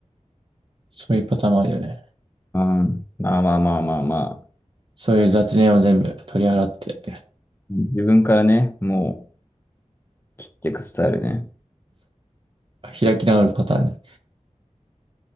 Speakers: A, on the right (about 45°); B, on the left (about 15°).
A: そういうパターンもあるよね。
B: うん。まあまあまあまあまあ。
A: そういう雑念を全部取り払って、
B: 自分からね、もう切っていくスタイルね。
A: 開き直るパターンね。